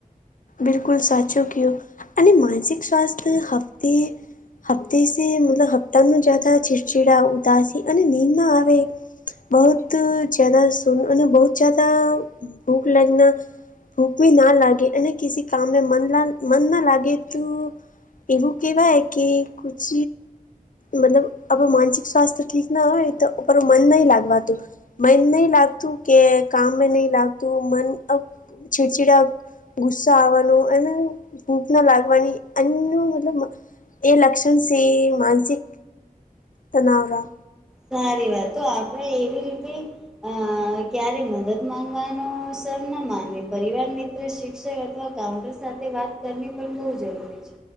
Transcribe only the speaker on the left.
બિલકુલ સાચો કયો અને માનસિક સ્વાસ્થ્ય હપતે હપ્તે સે મતલબ હપ્તાનું જ્યાદા ચીડચીડાવુ, ઉદાસી અને નીંદ ન આવે બહુત જ્યાદા શુન અને બહુત જ્યાદા ભૂખ લાગના ભૂખ બી ના લાગે અને કિસી કામમે મન ના મન ના લાગે તો એવું કેવાય કે કુછ મતલબ આપણું માનસિક સ્વાસ્થ ઠીક ના હોય તો ઉપર નહીં લાગવાતું મન નહી લાગતું કે કામ મેં નહી લાગતું મન છીડછીડા ગુસ્સા આવવાનો અને ભૂખ ના લાગવાની અન્નુ મતલબ <unintelligible> એ લક્ષણ સે માનસિક તનાવ રા